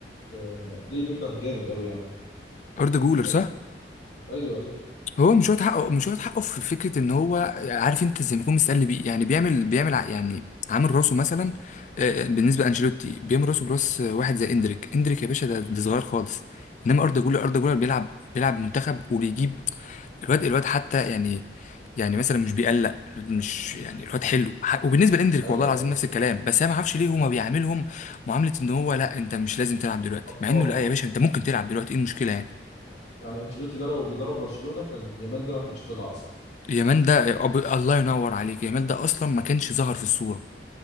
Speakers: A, on the left; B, on the left.
A: آه، بلاي ميكر جامد قوي يعني
B: اردا جولر
A: فاهم
B: صح؟
A: ايوه ايوه
B: هو مش واخد حقه مش واخد حقه في فكره ان هو عارف انت زي ما يكون مستقل بيه يعني بيعمل بيعمل ع- يعني عامل راسه مثلا آه، بالنسبه لانشيلوتي بيعمل راسه براس واحد زي اندريك اندريك يا باشا ده, ده صغير خالص انما اردا جولر اردا جولر بيلعب بيلعب منتخب وبيجيب الواد الواد حتى يعني يعني مثلا مش بيقلق مش يعني الواد حلو ح- وبالنسبه لاندريك
A: ايوه
B: والله العظيم
A: ايوه
B: نفس الكلام بس انا ما اعرفش ليه هما بيعاملهم معامله ان هو لا انت مش لازم تلعب دلوقتي
A: اطفال
B: مع انه لا يا باشا انت ممكن تلعب دلوقتي ايه المشكله يعني
A: يعني يعني انشيلوتي ده لو بيدرب برشلونة كان يامال ده ما كانش طلع اصلا
B: يامال ده أب... الله ينور عليك يامال ده اصلا ما كانش ظهر في الصوره